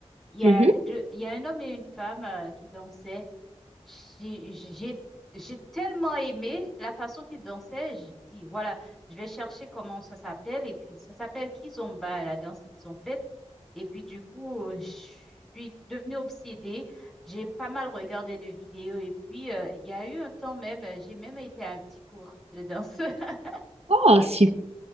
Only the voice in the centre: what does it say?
Il y a
deux, il y a un homme et une femme euh, qui dansaient. J'ai, j'ai, j'ai tellement aimé la façon qu'il dansait. Je dis, voilà, je vais chercher comment ça s'appelle. Et puis, ça s'appelle Kizomba, la danse qu'ils ont faite. Et puis, du coup, euh, je suis devenue obsédée. J'ai pas mal regardé de vidéos. Et puis, euh, il y a eu un temps même, euh, j'ai même été à un petit cours de danse. <laughs>